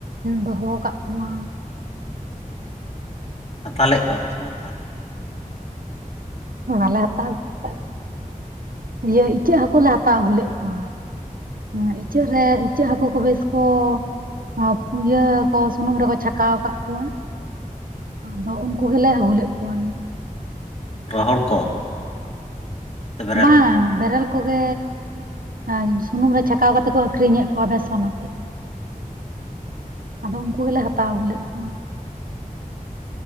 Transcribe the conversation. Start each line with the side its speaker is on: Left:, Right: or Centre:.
Right: ᱫᱚᱦᱚᱸ-ᱟᱠᱟᱜ ᱠᱚᱣᱟ ᱾
Left: ᱦᱟᱛᱟᱣ ᱞᱮᱜ ᱠᱚᱣᱟ ᱯᱮ ᱥᱮ ᱵᱟᱝ ᱛᱟᱦᱚᱞᱮ?
Right: ᱵᱟᱞᱮ ᱦᱟᱛᱟᱣ ᱟᱹᱜᱩ ᱠᱟᱜ ᱠᱚᱭᱟ, ᱤᱭᱟᱹ ᱤᱪᱟᱹᱜ ᱦᱟᱹᱠᱩ ᱞᱮ ᱦᱟᱛᱟᱣ ᱟᱹᱜᱩ ᱞᱮᱜ ᱠᱚᱣᱟ ᱾ ᱱᱚᱭᱟ ᱤᱪᱟᱹᱜ ᱨᱮ ᱤᱪᱟᱹᱜ ᱦᱟᱹᱠᱩ ᱠᱚ ᱵᱮᱥ ᱠᱚ ᱟᱸ ᱯᱩᱭᱟᱹ ᱠᱚ ᱥᱩᱱᱩᱢ ᱨᱮᱠᱚ ᱪᱷᱟᱠᱟᱣ ᱟᱠᱟᱜ ᱠᱚᱣᱟ, ᱟᱫᱚ ᱩᱱᱠᱩ ᱜᱮᱞᱮ ᱟᱹᱜᱩ ᱞᱮᱫ ᱠᱚᱣᱟᱞᱮ ᱾
Left: ᱨᱚᱦᱚᱲ ᱠᱚ? ᱥᱮ ᱵᱮᱨᱮᱞ
Right: ᱵᱟᱝ,
Left: ᱠᱚ
Right: ᱵᱮᱨᱮᱞ ᱠᱚᱜᱮ᱾ ᱟᱨ ᱥᱩᱱᱩᱢ ᱨᱮ ᱪᱷᱟᱠᱟᱣ ᱠᱟᱛᱮ ᱠᱚ ᱟᱠᱷᱨᱤᱧ ᱮᱜ ᱠᱚᱣᱟ ᱵᱮᱥᱚᱱ ᱟᱛᱮᱜ, ᱟᱫᱚ ᱩᱝᱠᱩ ᱜᱮᱞᱮ ᱦᱟᱛᱟᱣ ᱟᱹᱜᱩ ᱞᱮᱫ ᱠᱚᱣᱟ ᱾